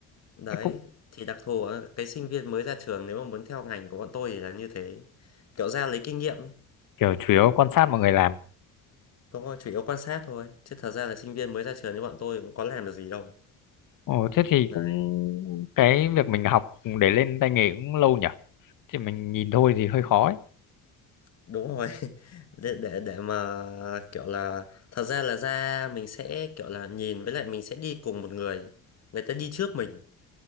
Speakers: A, on the left; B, on the left.
A: Đấy,
B: thế cũng
A: thì đặc thù ở cái sinh viên mới ra trường nếu mà muốn theo ngành của bọn tôi thì là như thế. Kiểu ra lấy kinh nghiệm ấy.
B: kiểu chủ yếu quan sát mọi người làm
A: Đúng rồi, chủ yếu quan sát thôi. Chứ thật ra là sinh viên mới ra trường như bọn tôi cũng có làm được gì đâu.
B: Ồ, thế thì
A: Đấy,
B: cũng cái việc mình học để lên tay nghề cũng lâu nhỉ? Thì mình nhìn thôi thì hơi khó ấy.
A: đúng rồi. <laughs> Để, để để mà kiểu là thật ra là ra mình sẽ kiểu là nhìn với lại mình sẽ đi cùng một người. Người ta đi trước mình.